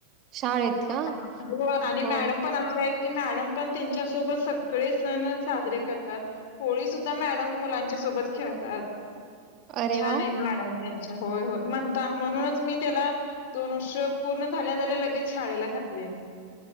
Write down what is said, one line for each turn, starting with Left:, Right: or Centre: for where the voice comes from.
Right: शाळेत
Left: हो
Right: का?
Left: आणि
Right: हो.
Left: मॅडम पण अशा आहेत की मॅडम पण त्यांच्यासोबत सगळे सण साजरे करतात. होळी सुद्धा मॅडम मुलांच्या सोबत सोबत खेळतात.
Right: अरे
Left: छान
Right: वाह!
Left: आहेत मॅडम. त्यांच्या होय-होय म्हणता म्हणूनच. मी त्याला दोन वर्ष पूर्ण झाल्या झाल्या लगेच शाळेला घा तले.